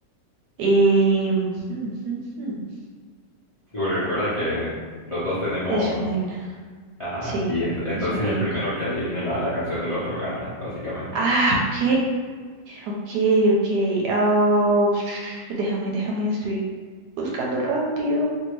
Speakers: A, on the right; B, on the left.
A: Em, <laughs>
B: Sí, porque recuerda que los dos tenemos.
A: Es una y una.
B: Ajá.
A: Sí,
B: Y ent- entonces
A: es una
B: el
A: y
B: primero
A: una.
B: que adivine la, la canción del otro gana, básicamente.
A: Ah, ok, ok, ok. Ah, <sniffs> déjame, déjame, estoy buscando rápido